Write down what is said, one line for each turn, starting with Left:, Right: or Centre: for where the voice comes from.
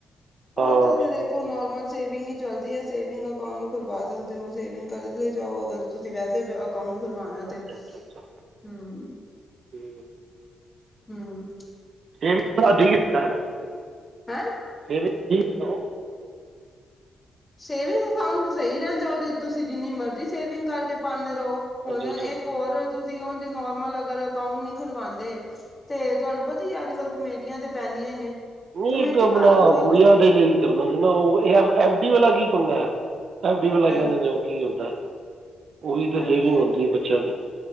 Left: ਖਾਤਾ
Right: ਹਾਂ
Left: ਤੇ ਦੇਖੋ ਨੋਰਮਲ ਸੇਵਿੰਗ ਹੀ ਚਲਦੀ ਹੈ ਸੇਵਿੰਗ ਅਕਾਊਂਟ ਖੁਲਵਾ ਸਕਦੇ ਹੋ ਸੇਵਿੰਗ ਕਰ ਲ ਜਾਓ ਅਗਰ ਤੁਸੀਂ ਵੈਸੇ ਅਕਾਊਂਟ ਖੁਲਵਾਣਾ ਤੇ
Right: ਅੱਛਾ ਅੱਛਾ ਅੱਛਾ
Left: ਹਮ
Right: ਠੀਕ ਹੈ
Left: ਹਮ
Right: ਇਹ ਵੀ ਤੁਹਾਡੀ ਲੀਤਾ ਹੈ
Left: ਹੈਂ!
Right: <inaudible>
Left: ਸੇਵਿੰਗ ਅਕਾਉਂਟ ਸਹੀ ਰਹਿੰਦਾ ਉਹਦੇ ਤੁਸੀਂ ਜਿੰਨੀ ਮਰਜ਼ੀ ਸੇਵਿੰਗ ਕਰਕੇ ਪਾਉਂਦੇ। ਹੁਣ
Right: ਅੱਛਾ ਅੱਛਾ
Left: ਇੱਕ ਹੋਰ ਤੁਸੀਂ ਤੁਸੀਂ ਹਣ ਜੇ ਨੋਰਮਲ ਅਗਰ ਅਕਾਊਂਟ ਨਹੀਂ ਖੁਲਵਾਉਂਦੇ ਤੇ ਤੁਹਾਨੂੰ ਪਤਾ ਹੀ ਅੱਜ ਕੱਲ ਕਮੇਟੀਆਂ ਤੇ ਪੈਂਦੀਆਂ ਹੀ ਨੇ
Right: ਨਹੀਂ
Left: ਕਮੇਟੀ
Right: ਇੱਕ ਆਪਣਾ
Left: ਪਾ ਲਓ ਕੋਈ
Right: ਗੁੜੀਆਂ ਦੇ ਲਈ ਕਰਨਾ ਸੀ ਨਾ ਉਹ ਐਫ ਡੀ ਵਾਲਾ ਕੀ ਪੰਗਾ ਹੈ ਐਫ ਡੀ ਵਾਲਾ ਕਹਿੰਦੇ
Left: ਐਫ
Right: ਨੇ ਉਹ ਕੀ ਹੁੰਦਾ ਉਹ ਵੀ ਤਾਂ ਸੇਵਿੰਗ
Left: ਐਫ ਡੀ
Right: ਹੁੰਦੀ ਹੈ ਬੱਚਿਆਂ ਦੀ